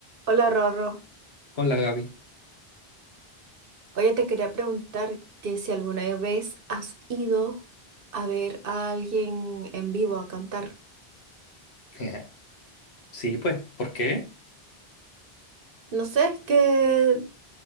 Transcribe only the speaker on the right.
Hola Rorro,
oye te quería preguntar que si alguna vez has ido a ver a alguien en vivo a cantar.
No sé, es que